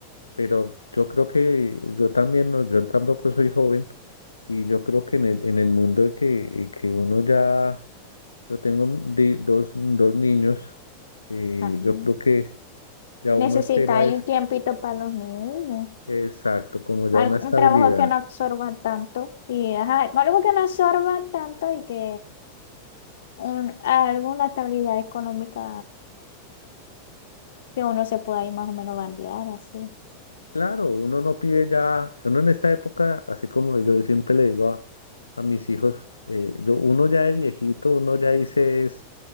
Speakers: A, on the left (about 80°); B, on the left (about 60°).
A: pero yo creo que yo también, no, yo tampoco soy joven y yo creo que en el, en el mundo de que, que uno ya, yo tengo di- dos, dos niños, eh,
B: Ajá.
A: yo creo que ya
B: Necesitáis
A: uno espera es,
B: un tiempito para los niños,
A: exacto, como ya
B: algo-
A: una estabilidad.
B: un trabajo que no absorba tanto y ajá, algo que no absorba tanto y que un, alguna estabilidad económica que uno se pueda ir más o menos bandear así. <laughs>
A: Claro, uno no pide ya, uno en esta época, así como yo siempre le digo a, a mis hijos, eh, yo, uno ya de viejito, uno ya dice es